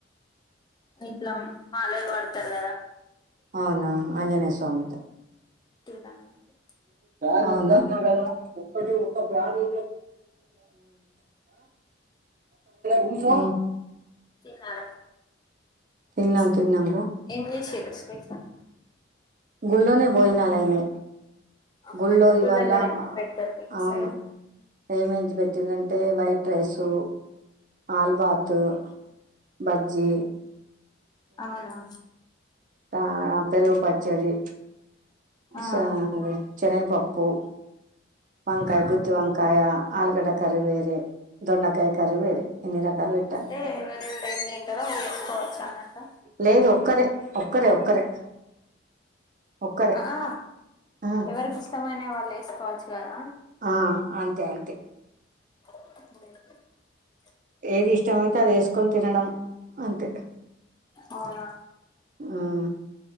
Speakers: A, on the left; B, on the right.
A: ఇట్లా మాలలు వడతారు కదా
B: అవునా ఆంజనేయ స్వామిత
A: టమాటో
B: అవునా ఎంద ఒక్కటి ఒక్క ఫాను మ్మ్
A: తిన్నారా
B: తిన్నాం
A: ప్చ్
B: తిన్నాం రా
A: ఎంజేసిరు స్పెషల్
B: గుల్లోనే భోజనలైనై
A: అవునా
B: గుళ్ళో
A: టెంపుల్
B: ఇవాళ
A: దగ్గర ఏమేమి
B: బా
A: పెడతారు మీకు
B: అవును
A: సైడ్
B: ఏమంచి పెట్టిరంటే వైట్ రైసు ఆల్బతు, బజ్జి
A: అవునా
B: <unintelligible> పెరుగు పచ్చడి,
A: ఆ
B: సెనగ చెనగపప్పు వంకాయ,
A: ఆ
B: గుత్తి వంకాయ, ఆలుగడ్డ కర్రీ వేరే, దొండకాయి కర్రీ వేరే ఎన్ని రకాలు పెట్టారు
A: అంటే ఎవరెవరు ఏం తింటారో అవి తీసుకోవచ్చు అన్నట్టు
B: లేదు ఒక్కరే ఒక్కరే ఒక్కరే ఒక్కరే
A: అఆ
B: ఆ
A: ఎవరికి ఇష్టమైన వాళ్ళు వేసుకోవచ్చు. కదా
B: ఆ అంతే అంతే
A: <inaudible>
B: ఏది ఇష్టం అయితే అది ఏస్కోని తినడం అంతే.
A: అవునా
B: ఉమ్